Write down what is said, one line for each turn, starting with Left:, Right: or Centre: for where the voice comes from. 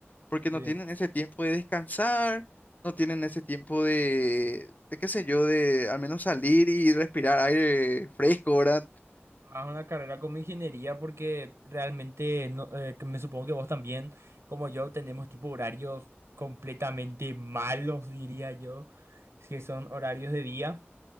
Left: Porque no
Right: sí.
Left: tienen ese tiempo de descansar, no tienen ese tiempo de, de qué sé yo, de al menos salir y respirar aire fresco, ¿verdad?
Right: Más una carrera como ingeniería porque realmente no, eh, que me supongo que vos también, como yo, tenemos tipo horarios completamente malos, diría yo, que son horarios de día.